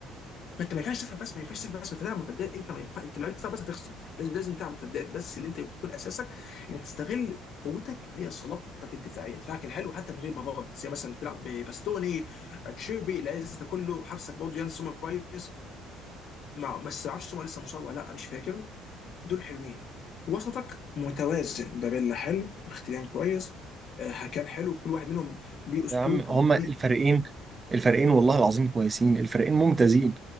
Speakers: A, on the left; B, on the right.
A: فانت ما ينفعش تفهم بس ما ينفعش تفهم بس انت تلعب مرتدات انت ما ينفع انت لو لعبت دفاع بس هتخسر لازم لازم تلعب مرتدات بس اللي انت يكون اساسك انك تستغل قوتك اللي هي صلابتك الدفاعيه دفاعك الحلو حتى من غير بافارد زي مثلا تلعب بباستوني اتشيربي العز ده كله حارسك برضه يان سومر كويس مع بس ما اعرفش سومر لسه مصاب ولا لا مش فاكر دول حلوين وسطك متوازن بابيلا حلو مختبيان كويس آه، هكان حلو كل واحد منهم ليه اسلوبه
B: يا عم هما
A: ليه
B: الفريقين الفريقين والله العظيم كويسين الفريقين ممتازين